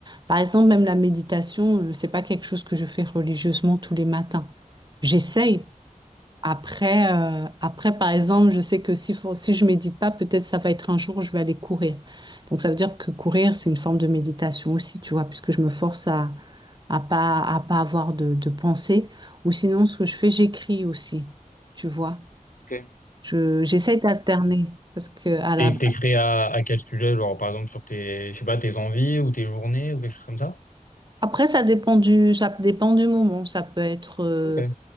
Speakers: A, on the right; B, on the left.
A: Par exemple, même la méditation, euh, c'est pas quelque chose que je fais religieusement tous les matins. J'essaye. Après, euh, après, par exemple, je sais que si, faut- si je médite pas, peut-être ça va être un jour où je vais aller courir. Donc ça veut dire que courir, c'est une forme de méditation aussi, tu vois, puisque je me force à, à pas à pas avoir de, de pensée. Ou sinon, ce que je fais, j'écris aussi. Tu vois,
B: Ok.
A: je j'essaie d'alterner parce que à la
B: Et t'es créé à, à quel sujet? Genre, par exemple, sur tes, je sais pas, tes envies ou tes journées ou quelque chose comme ça?
A: après ça dépend du ça dépend du moment. Ça peut être euh,
B: Ok,